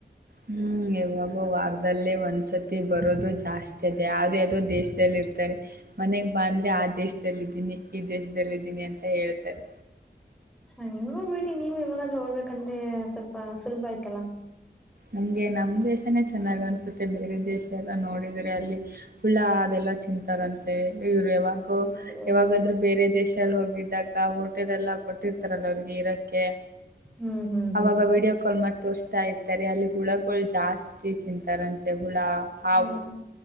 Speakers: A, on the right (about 60°); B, in the centre.
A: ಹೂಂ ಯವ್ವ ವಾರದಲ್ಲೇ ಒಂದ್ಸತಿ ಬರೋದು ಜಾಸ್ತಿ ಅದೆ ಯಾವುದ್ಯಾವುದೋ ದೇಶದಲ್ಲಿ ಇರ್ತಾರೆ ಮನೆಗ್ ಬಾಂದ್ರೆ ಆ ದೇಶದಲ್ಲಿ ಇದ್ದೀನಿ ಈ ದೇಶದಲ್ಲಿ ಇದ್ದೀನಿ ಅಂತ ಹೇಳ್ತಾರೆ
B: ಹ ನೀವೂ ಬಿಡಿ ನೀವು ಯಾವಾಗಾದ್ರೂ ಓಡ್ಬೇಕಂದ್ರೆ ಸ್ವಲ್ಪ ಸುಲಭ ಆಯ್ತಲ್ಲಾ
A: ನಮ್ಗೆ ನಮ್ ದೇಶನೇ ಚೆನ್ನಾಗ್ ಅನ್ಸುತ್ತೆ ಬೇರೆ ದೇಶ ಎಲ್ಲ ನೋಡಿದ್ರೆ ಅಲ್ಲಿ ಪುಳ್ಳ ಅದೆಲ್ಲ ತಿಂತಾರಂತೆ ಇವ್ರು ಯಾವಾಗೋ
B: ಹೌದು ಹೌದು
A: ಯಾವಾಗಾದ್ರೂ ಬೇರೆ ದೇಶದಲ್ಲಿ ಹೋಗಿದ್ದಾಗ ಅ ಹೋಟೆಲ್ ಎಲ್ಲ ಕೊಟ್ಟಿರ್ತಾರಲ್ಲ ಅವರಿಗೆ ಇರೋಕ್ಕೆ
B: ಹ್ಮ್ ಹ್ಮ್ ಹ್ಮ್
A: ಅವಾಗ ವೀಡಿಯೋ ಕಾಲ್ ಮಾಡಿ ತೋರ್ಸಿ ತಾ ಇರ್ತಾರೆ ಅಲ್ಲಿ ಹುಳಗಳು ಜಾಸ್ತಿ ತಿಂತಾರಂತೆ ಹುಳ ಹಾವು
B: ಹ್ಮ್